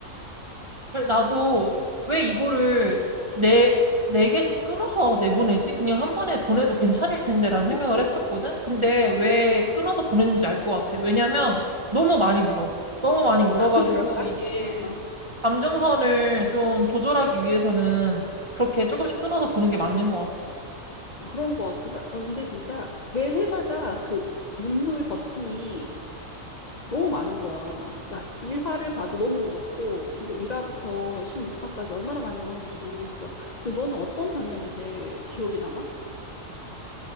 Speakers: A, on the right (about 45°); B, on the left (about 60°).
A: 그래, 나도 왜 이거를 네, 네 개씩 끊어서 내보내지? 그냥 한 번에 보내도 괜찮을 텐데라는 생각을
B: 그치?
A: 했었거든? 근데
B: 응.
A: 왜 끊어서 보내는지 알 것 같아. 왜냐면 너무 많이 울어. 너무 많이 울어가지고
B: <laughs> 그럴까?
A: 이게
B: 어, 어.
A: 감정선을 좀 조절하기 위해서는 그렇게 조금씩 끊어서 보는 게 맞는 것 같아.
B: 그런 거 같아. 마- 어, 근데 진짜 매 회마다 그 눈물 버튼이 너무 많은 거야. 그러니까 1화를 봐도 너무 울었고 진짜 1화부터 16화까지 얼마나 많이 울었는지 모르겠어. 근데 너는 어떤 장면이 제일 기억에 남아?